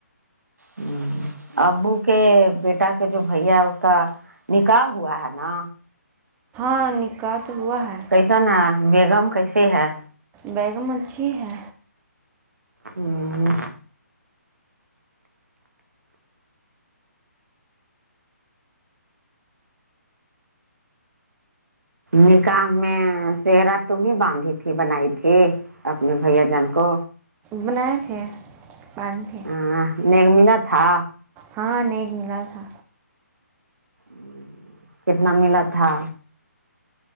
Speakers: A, on the right (about 70°); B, on the right (about 15°).
A: ہ ابو کے بیٹا کے جو بھیا ہے اس کا نکاح ہوا ہے نا
B: ہاں نکاح تو ہوا ہے
A: کیسن آیا بیگم کیسی ہے
B: بیگم اچھی ہے
A: ہوں نکاح میں سہرا تم ہی باندھی تھی بنائی تھی اپنے بھیاجان کو
B: بنائے تھے باندھے
A: ہاں نیک میلا تھا
B: ہاں نیک ملا تھا
A: ہ کتنا ملا تھا